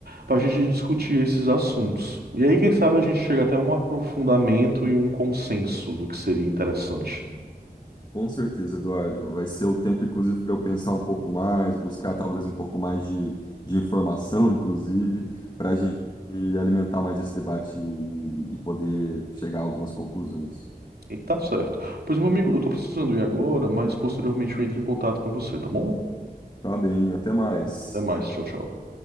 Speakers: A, on the right; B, on the left.
A: para a gente discutir esses assuntos. E aí, quem sabe, a gente chega até um aprofundamento e um consenso do que seria interessante.
B: Com certeza, Eduardo. Vai ser o tempo, inclusive, para eu pensar um pouco mais, buscar talvez um pouco mais de, de informação, <laughs> inclusive, para a gente alimentar mais esse debate e, e poder chegar a algumas conclusões.
A: E tá certo. Pois, meu amigo, eu tô precisando ir agora, mas posteriormente eu entro em contato com você, tá bom?
B: Tá bem, até mais.
A: Até mais, tchau, tchau.